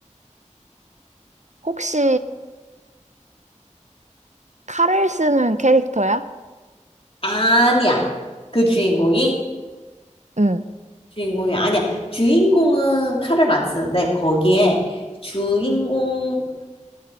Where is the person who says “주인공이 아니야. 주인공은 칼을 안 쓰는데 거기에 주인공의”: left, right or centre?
Left